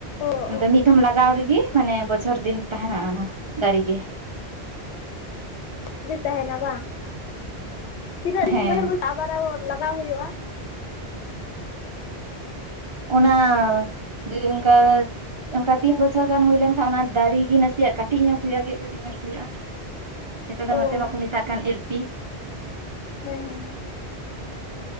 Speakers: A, on the left; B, on the right.
A: ᱚ
B: ᱟᱫᱚ
A: ᱚ
B: ᱢᱤᱫ ᱫᱷᱚᱢ ᱞᱟᱜᱟᱣ ᱨᱮᱜᱮ ᱢᱟᱱᱮ ᱵᱚᱪᱷᱚᱨ ᱫᱤᱱ ᱛᱟᱦᱮᱱᱟ ᱚᱱᱟ ᱫᱟᱨᱮ ᱜᱮ
A: <unintelligible> ᱛᱟᱦᱮᱱᱟ ᱵᱟᱝ ᱛᱤᱱᱟᱹᱜ ᱫᱤᱱ
B: ᱦᱮᱸ
A: ᱵᱚᱭᱪᱚᱨ ᱟᱵᱟᱨ ᱟ ᱞᱟᱜᱟᱣ ᱦᱩᱭᱩᱜ-ᱟ
B: ᱚᱱᱟ ᱡᱤ ᱚᱱᱠᱟ ᱚᱱᱠᱟ ᱛᱤᱱ ᱵᱚᱪᱷᱚᱨ ᱜᱟᱱ ᱦᱩᱭ ᱞᱮᱱᱠᱷᱟᱱ ᱚᱱᱟ ᱫᱟᱨᱮ ᱜᱮ ᱱᱟᱥᱮᱱᱟᱜ ᱠᱟᱹᱴᱤᱡ ᱧᱚᱜ ᱦᱩᱭᱩᱜ-ᱟ ᱜᱮᱫ ᱠᱟᱹᱴᱤᱡ ᱧᱚᱜ ᱦᱩᱭᱩᱜ-ᱟ ᱪᱮᱠᱟ
A: ᱚ
B: ᱫᱚ ᱱᱚᱛᱮ ᱢᱟᱠᱚ ᱢᱮᱛᱟᱜ ᱠᱟᱱ ᱮᱞᱯᱤ
A: ᱦᱮᱸ ᱦᱮᱸ